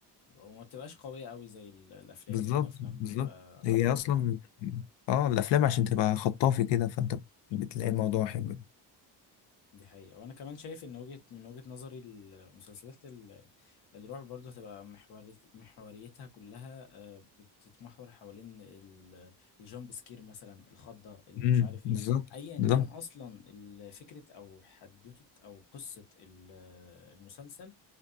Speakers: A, on the left; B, on the left.
A: وما بتبقاش قوية قوي زي ال- الافلام
B: بالظبط
A: لان الافلام
B: بالظبط
A: بتبقى اعتقد
B: هي اصلا اه الافلام عشان تبقى خطافي كده فانت بتلاقي
A: بالظبط
B: الموضوع حلو
A: دي حقيقة وأنا كمان شايف إن وجهة من وجهة نظري المسلسلات ال- الرعب برضه هتبقى محوريت- محوريتها كلها آه، بتتمحور حوالين ال- الجامب سكير مثلا الخضة اللي
B: امم
A: مش عارف إيه
B: بالظبط
A: أيا
B: بالظبط
A: كان أصلا ال- فكرة أو حدوتة أو قصة ال- المسلسل